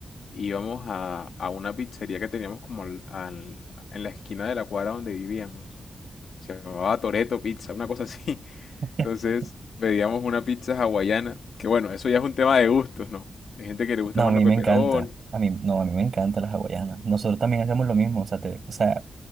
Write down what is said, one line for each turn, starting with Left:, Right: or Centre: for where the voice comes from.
Left: y Íbamos a, a una pizzería que teníamos como al- al- en la esquina de la cuadra donde vivíamos. Se llamaba Toreto Pizza, una cosa así. <laughs>
Right: <laughs>
Left: Entonces pedíamos una pizza hawaiana, que bueno, eso ya es un tema de gustos, ¿no? Hay gente que le gusta
Right: No,
Left: más
Right: a mí
Left: la
Right: me
Left: peperón.
Right: encanta. A mí, no, a mí me encantan las hawaianas. Nosotros también hacemos lo mismo. O sea, te, o sea,